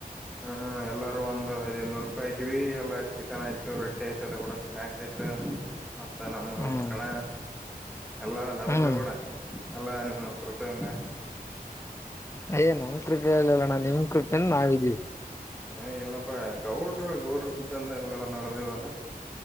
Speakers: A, in the centre; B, on the left.
A: ಹ ಎಲ್ಲಾರ ಒಂದು ಐದ ಐನೂರು ರೂಪಾಯಿ ಹಾಕಿವಿ ಎಲ್ಲ ಚಿಕನ್ ಆಯ್ತ ರೊಟ್ಟಿ ಆಯತು ಅದು ಕೂಡ ಸ್ನಾಕ್ಸ್ ಯಾತ ಮತ್ತ ನಮ್ಮ
B: ಹ್ಮ್
A: ಕಣ ಎಲ್ಲ ನಡೆದದ
B: ಹ್ಮ್
A: ಗೌಡ ಎಲ್ಲ ನಿಮ್ಮ ಕೃಪೆ ಇಂದ
B: ಅಯ್ ನಮ್ ಕೃಪೆಲ್ಲಣ್ಣ ನಿಮ್ ಕೃಪೆಯಿಂದ ನಾವ ಇದ್ದೀವಿ
A: ಹ ಇಲ್ಲಪ್ಪ ಗೌಡರು ಗೌಡ್ರ ಕೃಪ್ಪಿಂದ ಎಲ್ಲರ ನಡೆದವ